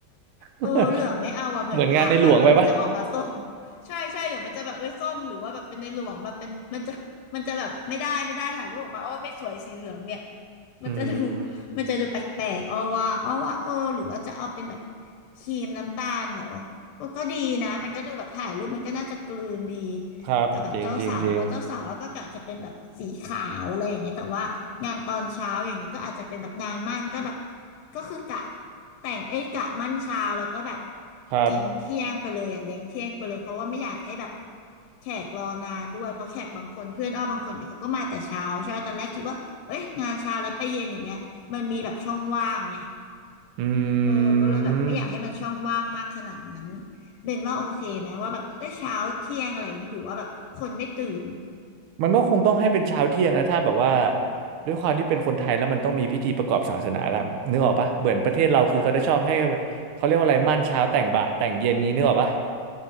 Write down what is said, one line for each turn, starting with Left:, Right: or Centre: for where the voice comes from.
Right: <laughs>
Left: เออเหลืองไม่เอาอะเหมือนพระป่ะเดี๋ยวมันจะออกมาส้ม
Right: เหมือนงานในหลวงไปป่ะ
Left: <laughs> ใช่ใช่เดี๋ยวมันจะแบบเอ้ยส้มหรือว่าแบบเป็นในหลวงแบบเป็นมันจะมันจะแบบไม่ได้ไม่ได้ถ่ายรูปออกมาอ้อไม่สวยสีเหลืองเนี่ย
Right: อื
Left: มันจะดู <laughs>
Right: ม
Left: มันจะดูแปลกๆอ้อว่าอ้อว่าเออหรือว่าจะเอาเป็นแบบครีมน้ำตาลเหรอเออก็ดีนะมันก็ดูแบบถ่ายรูปมันก็น่าจะกลืนดี
Right: ครับจริงจริงจริง
Left: กับแบบเจ้าสาวเพราะเจ้าสาวเราก็กะจะเป็นแบบสีขาวอะไรอย่างเงี้ยแต่ว่างานตอนเช้าอย่างเงี้ยก็อาจจะเป็นแบบนางมั่นก็แบบก็คือกะแต่งเอ้ยกะมั่นเช้าแล้วก็แบบ
Right: ครับ
Left: กินเที่ยงไปเลยอ่ะเลี้ยงเที่ยงไปเลยเพราะว่าไม่อยากให้แบบแขกรอนานด้วยเพราะแขกบางคนเพื่อนอ้อบางคนเนี่ยเขาก็มาแต่เช้าใช่ไหมตอนแรกคิดว่าเอ้ยงานเช้าแล้วไปเย็นอย่างเงี้ยมันมีแบบช่องว่างไง
Right: อื
Left: เออก็เลยแบบไม่อยากให้มันช่องว่างมากขนาดนั้น
Right: ม
Left: เบนว่าโอเคไหมว่าแบบเออเช้าเที่ยงอะไรอย่างนี้หรือว่าแบบคนไม่ตื่น
Right: มันก็คงต้องให้เป็นเช้าเที่ยงนะถ้าแบบว่าด้วยความที่เป็นคนไทยแล้วมันต้องมีพิธีประกอบศาสนาแล้วนึกออกปะเหมือนประเทศเราคือเขาได้ชอบให้เขาเรียกว่าอะไรมั่นเช้าแต่งบ่ายแต่งเย็นงี้นึกออกปะ